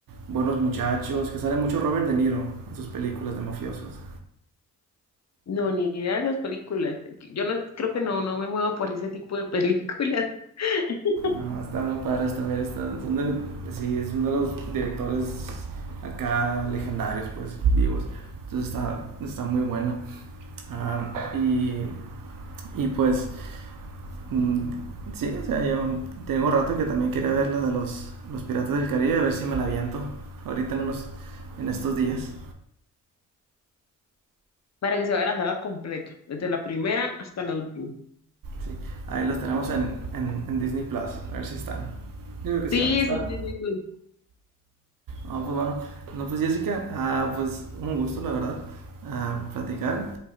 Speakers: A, on the right; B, on the left.
A: Buenos Muchachos, que sale mucho Robert De Niro en sus películas de mafiosos.
B: no, ni idea de esas películas. Yo no, creo que no, no me muevo por ese tipo de películas <laughs>
A: No, está muy padres también. Está, son de- sí, es uno de los directores acá legendarios, pues, vivos. Entonces está, está muy buena. Ah, y, y pues Mm, sí, o sea, yo tengo rato que también quería ver la de los, los Piratas del Caribe, a ver si me la aviento ahorita en, unos, en estos días.
B: para que se vea la saga completa, desde la primera hasta la última.
A: Sí, ahí las tenemos en, en, en Disney Plus, a ver si están. Yo creo que sí
B: Sí,
A: van a estar.
B: son Disney Plus.
A: No, pues bueno, no, pues Jessica, ah, pues un gusto, la verdad, ah, platicar.